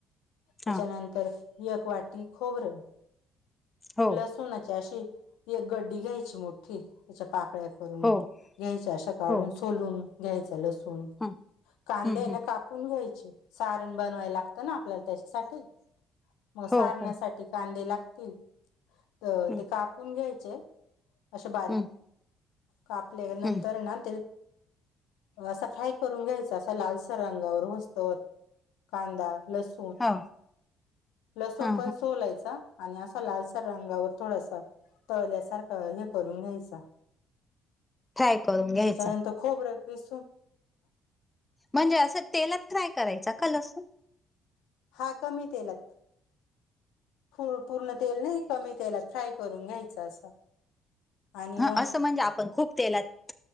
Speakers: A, on the left (about 15°); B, on the left (about 80°).
A: हा
B: त्याच्यानंतर यकवाटी खोबरं.
A: हो
B: लसुणाची अशी एक गड्डी घ्यायची मोठी त्याच्या पाकळ्या. ून
A: हो
B: घ्यायच्या अशा काढून
A: हो
B: सोलून घ्यायच लसूण
A: हं
B: कांद्या
A: हं
B: ना
A: हं
B: काप. न घ्यायचे सारण बनवाय लागतं ना आपल्याला त्याच्यासाठी. मग सारण्यासाठी
A: हो हो
B: कांदे लागतील. तर
A: हं
B: ते कापून घ्यायचे असे बारीक
A: हं
B: कापले नंतर
A: हं
B: ना ते. असा फ्राय करून घ्यायचा असा लालसर रंगावर होसत कांदा लस.
A: हा
B: लसूण
A: हा
B: सोलायचा आणि लालसर रंगावर थोडसा तळल्यासारखं हे करून घ्यायच.
A: फ्राय करून घ्यायचा
B: त्याच्यानंतर खोब रखस.
A: म्हणजे असं तेलात फ्राय करायचा का लसून.
B: हा कमी तेलत. ू पूर्ण तेल नाही कमी तेलात फ्राय करून घ्यायचं असं. आणि
A: ह
B: मग
A: असं म्हणजे आपण खूप तेलात